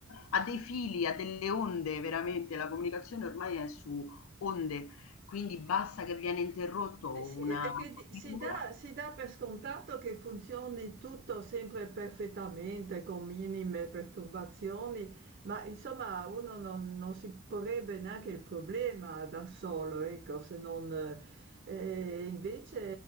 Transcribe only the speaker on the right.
Sì, sì,
è che di- si
dà, si dà per scontato che funzioni tutto sempre perfettamente, con minime perturbazioni, ma insomma uno non, non si porrebbe neanche il problema da solo, ecco, se non... eh, eh, invece,